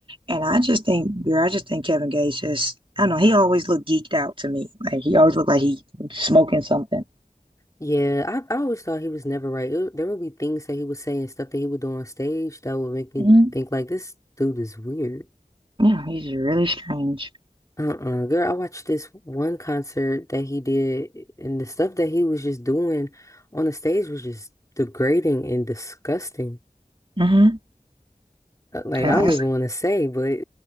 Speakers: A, on the right (about 35°); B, on the left (about 20°).
A: And I just think, girl, I just think Kevin Gates just, I don't know, he always looked geeked out to me. Like he always looked like he smoking something.
B: Yeah, I, I always thought he was never right. It- there would be things that he would say and stuff that he would do on stage that would make me
A: Mm-hmm.
B: think like this dude is weird.
A: Yeah, he's really strange.
B: Uh-uh. Girl, I watched this one concert that he did and the stuff that he was just doing on the stage was just degrading and disgusting.
A: Mm-hmm.
B: Uh, Like
A: I,
B: I
A: I,
B: don't even want to say, but